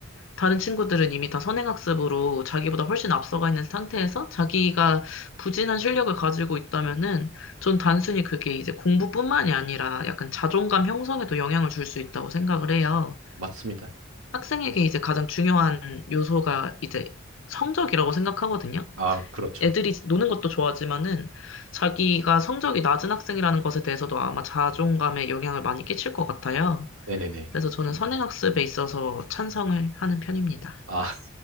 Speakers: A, on the left (about 65°); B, on the right (about 75°).
A: 다른 친구들은 이미 다 선행학습으로 자기보다 훨씬 앞서가 있는 상태에서 자기가 부진한 실력을 가지고 있다면은 전 단순히 그게 이제 공부뿐만이 아니라 약간 자존감 형성에도 영향을 줄 수 있다고 생각을 해요.
B: 맞습니다.
A: 학생에게 이제 가장 중요한 요소가 이제 성적이라고 생각하거든요.
B: 아, 그렇죠.
A: 애들이 노는 것도 좋아하지만은 자기가 성적이 낮은 학생이라는 것에 대해서도 아마 자존감에 영향을 많이 끼칠 것 같아요.
B: 네네네,
A: 그래서
B: 맞습니다.
A: 저는 선행학습에 있어서 찬성을 하는 편입니다.
B: 아,